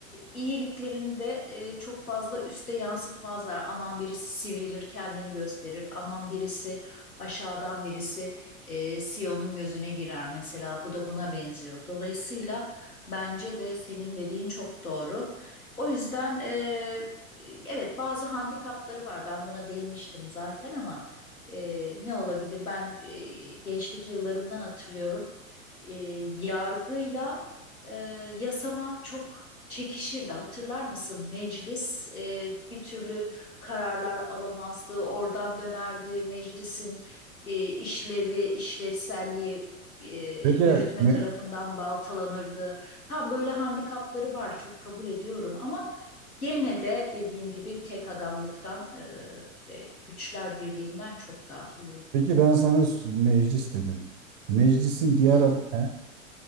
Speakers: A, on the left (about 85°); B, on the right (about 35°).
A: iyiliklerini de e, çok fazla üste yansıtmazlar. Aman birisi sivrilir, kendini gösterir. Aman birisi aşağıdan birisi e, CEO'nun gözüne girer mesela. Bu da buna benziyor. Dolayısıyla Bence de senin dediğin çok doğru. O yüzden e, evet bazı handikapları var. Ben buna değinmiştim zaten ama e, ne olabilir? Ben e, gençlik yıllarımdan hatırlıyorum. E, yargıyla e, yasama çok çekişirdi. Hatırlar mısın? Meclis e, bir türlü kararlar alamazdı. Oradan dönerdi. Meclisin e, işlevi, işlevselliği e,
B: peki
A: yürütme
B: me-
A: tarafından baltalanırdı. Tam böyle handikapları var çok kabul ediyorum ama gene de dediğim gibi tek adamlıktan e, ve güçler birliğinden çok daha iyi.
B: Peki ben sana s- meclis dedin. Meclisin diğer
A: Hmm.
B: adı ne?